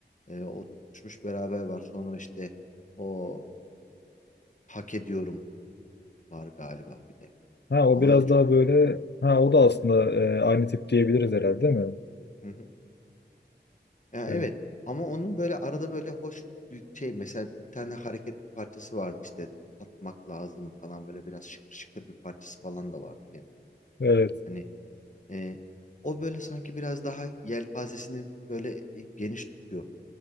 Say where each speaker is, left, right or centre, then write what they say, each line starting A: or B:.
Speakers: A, on the left; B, on the left.
A: E, o tutuşmuş beraber var. Sonra işte o hak ediyorum var galiba bir de.
B: Ha o
A: Ama
B: biraz
A: öyle çok
B: daha böyle ha o da aslında
A: Hı hı,
B: e, aynı tip diyebiliriz herhalde değil mi?
A: hı hı. Ya
B: Ee,
A: evet. Ama onun böyle arada böyle hoş bir şey mesela bir tane hareket parçası vardı işte tatmak lazım falan böyle biraz şıkır şıkır bir parçası falan da vardı. Yani.
B: evet.
A: Hani Ee, o böyle sanki biraz daha yelpazesini böyle e, geniş tutuyor